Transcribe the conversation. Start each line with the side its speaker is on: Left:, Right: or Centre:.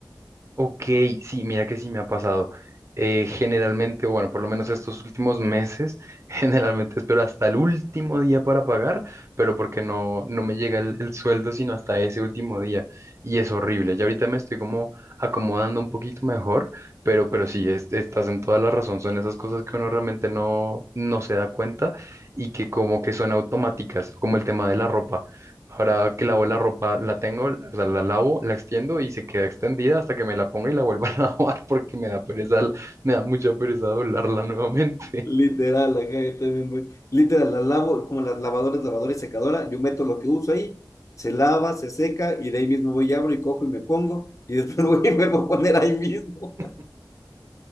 Right: Ok, sí, mira que sí me ha pasado. Eh, generalmente, o bueno, por lo menos estos últimos meses, <laughs> generalmente espero hasta el último día para pagar, pero porque no, no me llega el, el sueldo sino hasta ese último día. Y es horrible. Ya ahorita me estoy como acomodando un poquito mejor, pero, pero sí, es- estás en toda la razón. Son esas cosas que uno realmente no, no se da cuenta y que como que son automáticas, como el tema de la ropa. Ahora que lavo la ropa, la tengo, o sea, la lavo, la extiendo y se queda extendida hasta que me la ponga y la vuelva <laughs> a lavar porque me da pereza, me da mucha pereza doblarla nuevamente.
Left: Literal, acá yo también voy. Literal, la lavo como las lavadoras, lavadora y secadora, yo meto lo que uso ahí, se lava, se seca y de ahí mismo voy y abro y cojo y me pongo y después <laughs> voy y vuelvo a poner ahí mismo.
Right: <laughs>